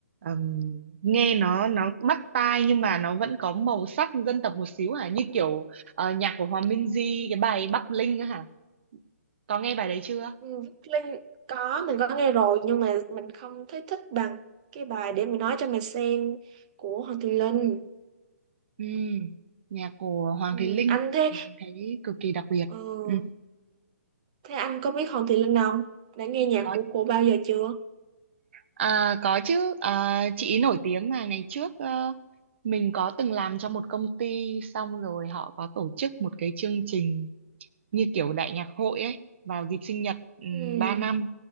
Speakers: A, on the right; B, on the right.
A: ừm, nghe nó nó bắt tai nhưng mà nó vẫn có màu sắc dân tộc một xíu hả như kiểu ờ, nhạc của Hòa Minzy cái bài Bắc Linh á hả có nghe bài đấy chưa
B: Ừ, Linh có mình có nghe rồi nhưng mà mình không thấy thích bằng cái bài để mình nói cho mày xem của Hoàng Thùy Linh
A: Ừ, nhạc của Hoàng
B: ừ,
A: Thùy Linh
B: anh thế
A: thì mình thấy cực kỳ đặc biệt.
B: ừ,
A: Ừ.
B: thế anh có biết Hoàng Thùy Linh không đã nghe nhạc
A: Có
B: của cô bao giờ chưa
A: À, có chứ à, chị ý nổi tiếng mà ngày trước ờ, mình có từng làm cho một công ty xong rồi họ có tổ chức một cái chương trình như kiểu đại nhạc hội ấy vào dịp sinh nhật um,
B: ừ.
A: 3 năm